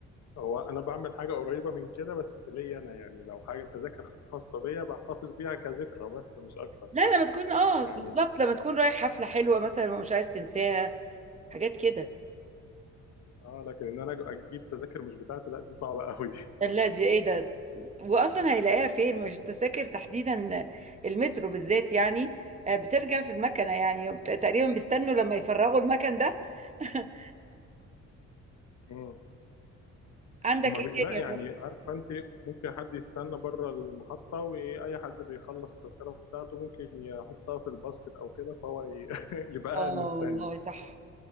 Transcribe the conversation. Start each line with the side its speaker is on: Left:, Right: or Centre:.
Left: هو انا بعمل حاجه قريبه من كده بس ليا انا يعني لو حاجه تذاكر خاصه بيا بحتفظ بيها كذكرى بس مش اكتر
Right: لا لما تكون اه
Left: يعني
Right: بالظبط لما تكون رايح حفلة حلوة مثلا ومش عايز تنساها حاجات كده
Left: اه لكن ان انا أج- اجيب تذاكر مش بتاعتي لا دي صعبه <laughs> قوي دي
Right: لا دي ايه ده واصلا هيلاقيها فين مش التذاكر تحديدا المترو بالذات يعني آه، بترجع في المكنة يعني وبت- تقريبا بيستنوا لما يفرغوا المكن ده <laughs>
Left: مم.
Right: عندك
Left: هما
Right: ايه
Left: بي... لا
Right: تاني يا
Left: يعني
Right: ترى
Left: عارفه انت ممكن حد يستنى بره المحطه واي حد بيخلص التذكره بتاعته ممكن يحطها في الباسكت او كده فهو ي... <laughs> يبقى
Right: اه
Left: قاعد مستني
Right: والله صح